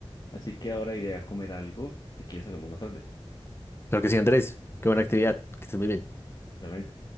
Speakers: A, on the left; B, on the left.
A: Así que ahora iré a comer algo. Si quieres, hablamos más tarde,
B: Creo que sí, Andrés. Qué buena actividad. Que estés muy bien.
A: realmente.